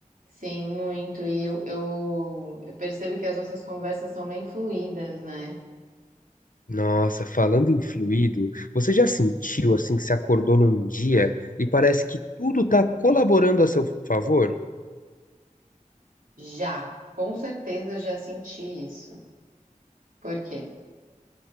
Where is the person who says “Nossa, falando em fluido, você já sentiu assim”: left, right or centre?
Left